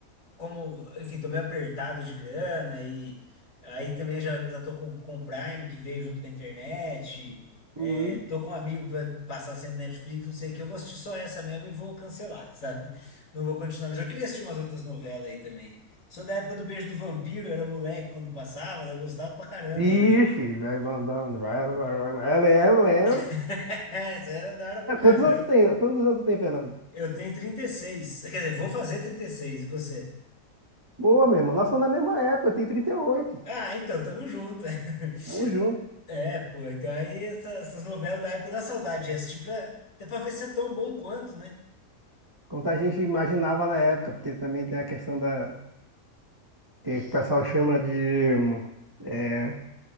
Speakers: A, on the left (about 65°); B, on the right (about 25°).
A: como, enfim, tô meio apertado de grana e aí também já, já tô com, com o Prime que veio junto com a internet. É,
B: Uhum.
A: tô com um amigo que vai passar sendo Netflix, não sei o que. Eu vou assistir só essa mesmo e vou cancelar, <laughs> sabe? Não vou continuar. Mas eu queria assistir umas outras novelas aí também. Sou da época do Beijo do Vampiro, eu era moleque quando passava, né? eu gostava pra caramba,
B: Vixe,
A: né?
B: vai mandando. vai, vai, vai, vai. Eu lembro, lembro.
A: <laughs> Essa era da hora pra
B: É,
A: caramba.
B: Quantos anos tu tem? Quantos anos tu tem, Fernando?
A: Eu tenho trinta e seis Quer dizer, vou fazer 36, e seis, e você?
B: Boa, meu irmão. Nós somos da mesma época, eu tenho trinta e oito
A: Ah, então, tamo junto. <laughs>
B: Tamo junto.
A: É, pô, então aí essa- essas novelas da época da saudade, já assisti pra, até pra ver se é tão bom quanto, né?
B: Quanto a gente imaginava na época, porque também tem a questão da. que o pessoal chama de. hum, É,